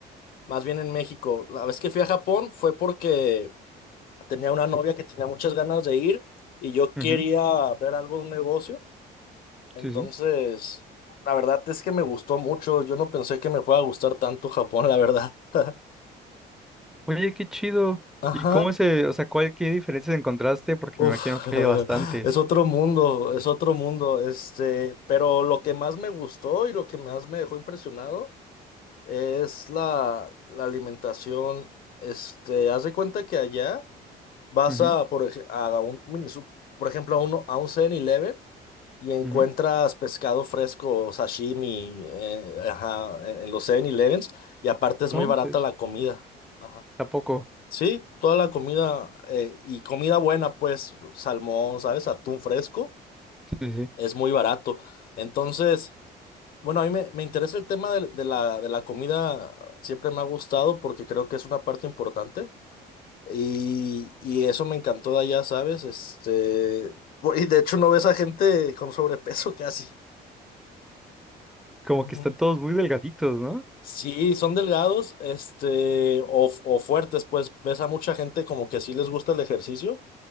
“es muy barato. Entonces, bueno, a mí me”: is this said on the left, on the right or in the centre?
Left